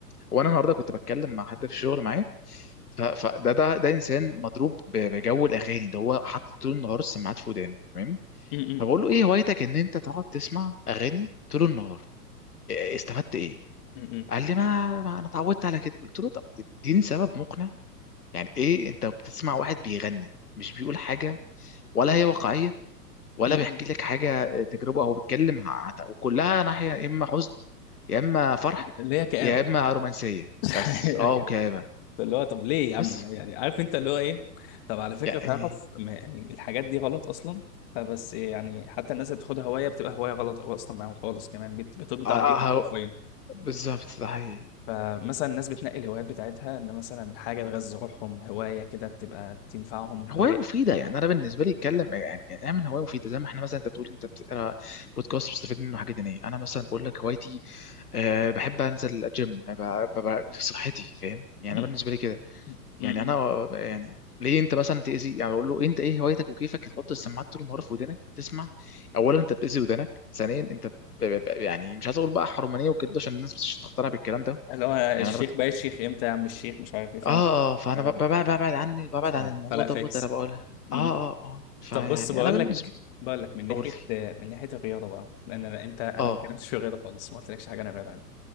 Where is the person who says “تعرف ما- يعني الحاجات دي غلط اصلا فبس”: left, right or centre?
Left